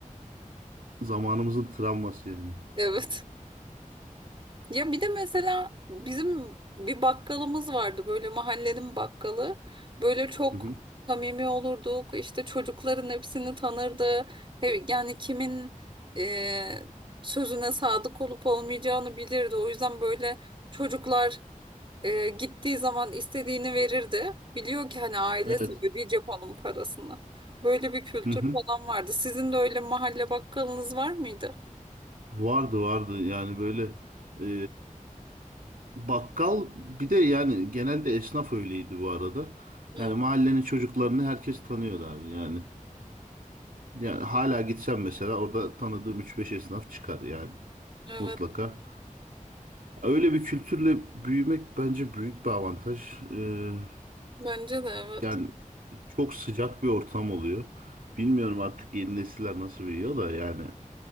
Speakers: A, on the right (about 80°); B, on the right (about 40°).
A: Zamanımızın travması yani.
B: Evet. Ya bir de mesela bizim bir bakkalımız vardı böyle mahallenin bakkalı. Böyle çok
A: Hı hı.
B: samimi olurduk. İşte çocukların hepsini tanırdı. He- Yani kimin e, sözüne sadık olup olmayacağını bilirdi. O yüzden böyle çocuklar e, gittiği zaman istediğini verirdi. Biliyor ki hani ailesi
A: Evet.
B: ödeyecek onun parasını. Böyle bir kültür
A: Hı hı.
B: falan vardı. Sizin de öyle mahalle bakkalınız var mıydı?
A: Vardı vardı yani böyle e, bakkal bir de yani genelde esnaf öyleydi bu arada.
B: Yani-
A: Yani mahallenin çocuklarını herkes tanıyordu abi yani. Yani hala gitsem mesela orada tanıdığım üç beş esnaf çıkar yani
B: Evet.
A: mutlaka. Öyle bir kültürle büyümek bence büyük bir avantaj. Ee,
B: Bence de evet.
A: yani çok sıcak bir ortam oluyor. Bilmiyorum artık yeni nesiller nasıl büyüyor da yani